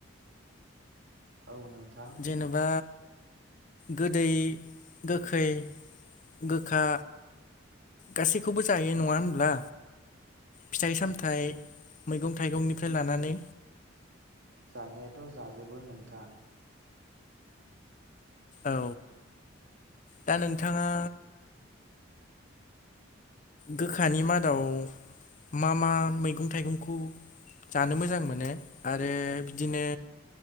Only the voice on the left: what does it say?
जेनेबा गोदै गोखै गोखा गासैखौबो जायो नंङा होनब्ला फिथाइ सामथायाइ मैगं थाइगंनिफ्राय लानानै
औ दा नोंथाङा गोखानि मादाव मा मा मैगं थाइगंखौ जानो मोजां मोनो आरो बिदिनो